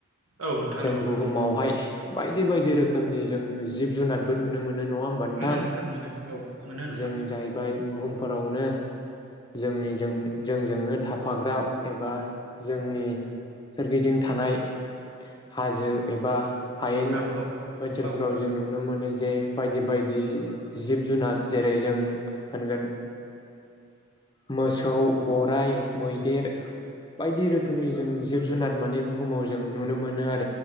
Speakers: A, on the right; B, on the left.
A: औ नोंथां
B: जों
A: नंगौ
B: बुहुमावहाय बायदि बायदि रोखोमनि जों जिब जुनारबो नुनो मोनो। नङाहोमबा नोंथां?
A: मोनो मोनो औ मोनो नोंथां
B: जों जाहैबाय बुहुमफोरावनो जोंनिजों जोंजोंनो थाफाग्रा, एबा जोंनि सोरगिदिं थानाय हाजो एबा हायेन
A: औ
B: ओनसोलफोराव
A: औ
B: जों नुनो मोनो। जे बायदि बायदि जिब जुनार जेरै जों होनगोन मोसौ गराइ मैदेर बायदि रोखोमनि जों जिब जुनार माने बुहुमाव जों नुनो मोनो <unintelligible>